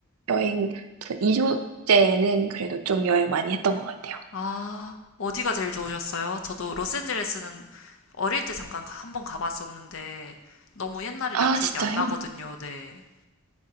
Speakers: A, on the right (about 85°); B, on the left (about 60°).
A: 여행, 그 2주째는 그래도 좀 여행 많이 했던 것 같아요.
B: 아, 어디가 제일 좋으셨어요? 저도 로스앤젤레스는 어릴 때 잠깐 가- 한번 가봤었는데 너무 옛날이라
A: 아,
B: 기억이
A: 진짜요?
B: 안 나거든요. 네,